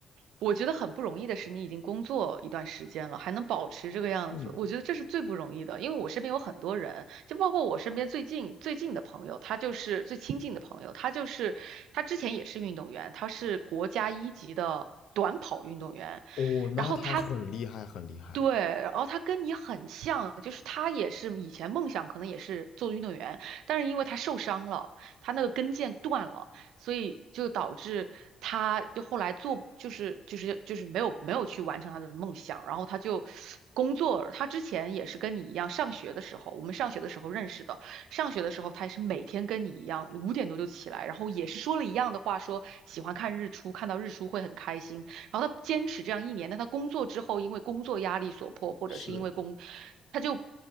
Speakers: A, on the right; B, on the left.
A: 我觉得很不容易的是，你已经工作一段时间了，还能保持这个样子，
B: 嗯，
A: 我觉得这是最不容易的。因为我身边有很多人，就包括我身边最近最近的朋友，他就是最亲近的朋友，他就是他之前也是运动员，他是国家一级的短跑运动员。
B: 哦，那他很厉害，
A: 然后他
B: 很厉害了。
A: 对，然后他跟你很像，就是他也是以前梦想可能也是做运动员，但是因为他受伤了，他那个跟腱断了，所以就导致他就后来做就是就是就是没有没有去完成他的梦想，然后他就工作，他之前也是跟你一样，上学的时候，我们上学的时候认识的，上学的时候他也是每天跟你一样，五点多就起来，然后也是说了一样的话，说喜欢看日出，看到日出会很开心。然后他坚持这样一年，但他工作之后，因为工作压力所迫，或者是因为工，
B: 是，
A: 他就